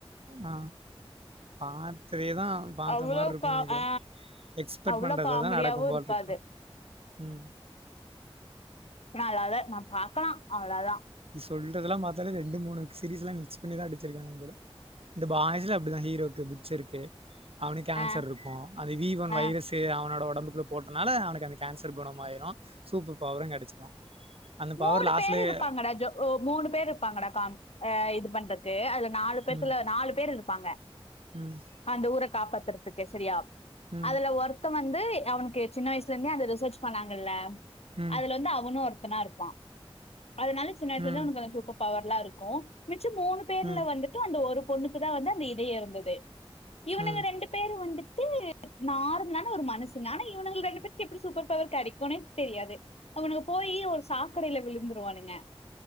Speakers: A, on the right; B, on the left.
A: ஆ பாத்து இதேதா பாத்த
B: அவ்வளோ
A: மார்ருக்கு
B: கா
A: நெனைக்கிறே
B: ஆ
A: எக்ஸ்பெக்ட்
B: அவ்வளோ
A: பண்றததா
B: காமெடியாவு
A: நடக்கும் போல்ருக்கு
B: இருக்காது
A: உம்
B: நல்லாதா நா பாக்கலா அவ்ளதா
A: சொல்றதெலாம் பத்தாலே ரெண்டு மூனு சீரிஸ்லாம் மிக்ஸ் பண்ணிதா அடிச்சிருக்காங்க போல இந்த பாய்ஸ்லா அப்டிதா ஹீரோக்கு புஃச்சருக்கு அவனுக் கேன்சர்ருக்கு
B: ஆ
A: அந்த வி ஒன்
B: ஆ
A: வைரஸ்சு அவனோட ஒ ஒடம்புக்குள்ள போட்டனால அவனுக்கு அந்த கேன்சர் குணமாயிரு சூப்பர் பவரு கெடச்சிரு அந்த
B: மூனு
A: பவர் லாஸ்ட்லயே
B: பேரு இருப்பாங்கடா ஜோ ஓ மூனு பேரு இப்பாங்கடா காம் அ இது பண்றக்கு அதுல நாலு பேத்துல
A: ம்
B: நாலு பேர் இருப்பாங்க
A: ம்
B: அந்த ஊர காப்பாத்துறதுக்கு செரியா
A: ம்
B: அதல ஒருத்த வந்து அவனுக்கு சின்ன வய்ஸ்லந்தே அந்த ரிசர்ச் பண்ணாங்கல்ல
A: ம்
B: அதுல வந்து அவனு ஒருத்தனாருப்பா அதனால சின்ன வயசுலந்து
A: ம்
B: அவனுக்கு அந்த சூப்பர் பவர்லா இருக்கு மிச்சம் மூனு பேர்ல
A: ம்
B: வந்துட்டு அந்த ஒருப் பொண்ணுக்குதா வந்து அந்த இதயருந்தது இவனுங்க
A: ம்
B: ரெண்டு பேரு வந்துட்டு நார்மலான ஒரு மனுசங்க ஆனா இவனுங்கள் ரெண்டு பேருக்கு எப்பிடி சூப்பர் பவர் கெடைக்குனே தெரியாது அவனுக்கு போய் கீழ ஒரு சாக்கடைல விழுந்துருவானுங்க